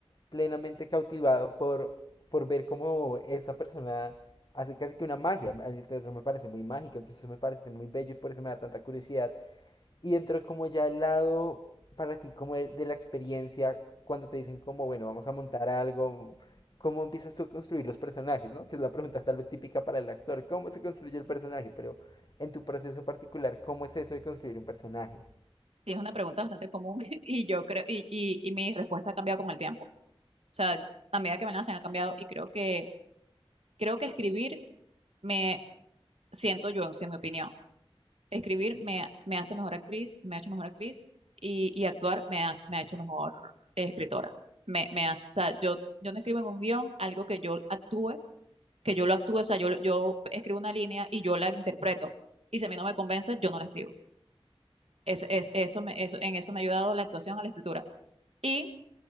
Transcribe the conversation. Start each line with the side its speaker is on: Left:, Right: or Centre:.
Left: plenamente cautivado por, por ver cómo esa persona hace casi que una magia. A mí El teatro me parece muy mágico, entonces me parece muy bello y por eso me da tanta curiosidad y entró como ya al lado para ti, como de, de la experiencia, cuando te dicen como, bueno, vamos a montar algo, ¿cómo empiezas tú a construir los personajes, ¿no? Que es la pregunta tal vez típica para el actor, ¿cómo se construye el personaje? Pero en tu proceso particular, ¿cómo es eso de construir un personaje?
Right: Sí, es una pregunta bastante común <laughs> y yo creo, y, y, y mi respuesta ha cambiado con el tiempo. O sea, a medida que me la hacen ha cambiado y creo que, creo que escribir me siento yo, en mi opinión Escribir me, me hace mejor actriz, me ha hecho mejor actriz y, y actuar me, hace- me ha hecho mejor eh, escritora. Me, me hace- o sea, yo, yo no escribo en un guión algo que yo actúe, que yo lo actúe, o sea, yo, lo- yo escribo una línea y yo la interpreto. Y si a mí no me convence, yo no la escribo. Es, es, eso me, eso, en eso me ha ayudado la actuación a la escritura. Y